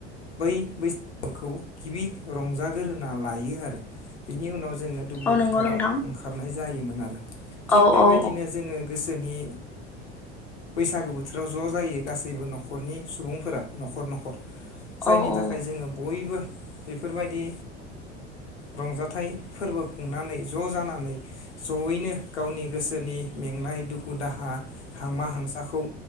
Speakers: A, on the left; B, in the centre.
A: बै बैसागुखौ गिबि रंजागोर ना लायो आरो बिनि उनाव जोंङो दुब्लि
B: औ नंगौ
A: फोथाराव
B: नोंथां
A: ओंखारनाय जायोमोन आरो। थिग
B: औ
A: बेबायदिनो
B: औ
A: जोंङो गोसोनि बैसागो बोथोराव ज जायो गासैबो न'खरनि सुबुंफोरा न'खर न'खर जायनि
B: औ औ
A: थाखाय जोंङो बयबो बेफोरबायदि रंजाथाइ फोरबो खुंनानै ज' जानानै ज'यैनो गावनि गोसोनि मेंनाय दुखु दाहा, हांमा हांसाखौ